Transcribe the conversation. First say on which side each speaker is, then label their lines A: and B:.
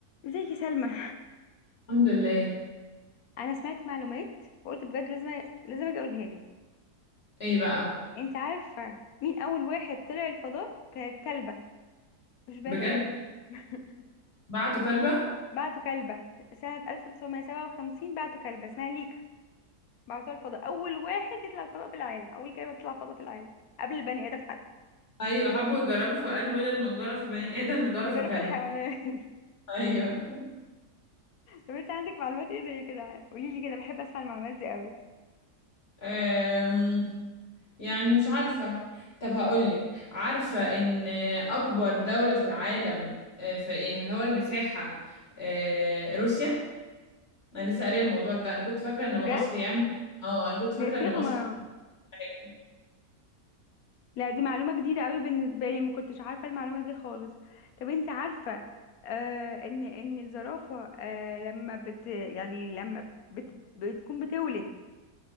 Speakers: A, on the left; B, on the left.
A: ازيك يا سلمى
B: الحمد لله
A: انا سمعت معلومات وقلت بجد لازم لازم اجي اقولها لك
B: ايه بقى
A: انت عارفه مين اول واحد طلع الفضاء كانت كلبه مش بني
B: بجد
A: ادم <laughs>
B: بعتوا كلبة
A: بعتوا كلبه سنه 1957 بعتوا كلبه اسمها ليكا بعتوها الفضاء اول واحد يطلع الفضاء في العالم اول كلبه تطلع الفضاء في العالم قبل البني ادم حتى
B: ايوه حبوا يجربوا فقالوا بدل ما نجرب في بني ادم نجرب
A: نجرب
B: في كلبة
A: بالحيوانات <laughs>
B: <laughs> ايوه
A: طب انت عندك معلومات ايه زي كده قولي لي كده بحب اسمع المعلومات دي قوي
B: أم... يعني مش عارفة طب هقولك عارفة ان اكبر دولة في العالم آه، في يعني من هو المساحة آه، روسيا انا لسه قارية الموضوع ده انا كنت فاكرة ان
A: بجد
B: مصر يعني اه انا كنت فاكرة
A: يا شيخ
B: ان مصر
A: ما
B: حاجة
A: لا دي معلومة جديدة قوي بالنسبة لي ما كنتش عارفة المعلومة دي خالص طب انت عارفة آه ان ان الزرافة آه لما بت يعني لما بت بت بتكون بتولد